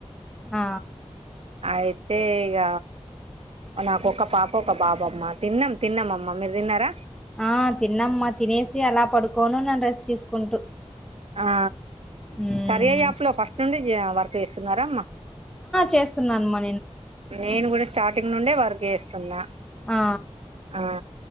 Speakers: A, in the centre; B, on the right.
A: ఆ
B: అయితే ఇగ నాకొ ఒక పాప ఒక బాబమ్మ తిన్నాం తిన్నామమ్మ మీరు తిన్నారా
A: ఆ తిన్నమ్మా తినేసి అలా పడుకోను నన్ను రెస్ట్ తీసుకుంటూ
B: ఆ
A: హ్మ్
B: కరీర్ యాప్ లో ఫస్ట్ నుండి వర్క్ చేస్తున్నారా అమ్మా
A: చేస్తున్నా అనమా
B: నేను కూడా స్టార్టింగ్ నుండే వర్క్ చేస్తున్నా
A: ఆ
B: ఆ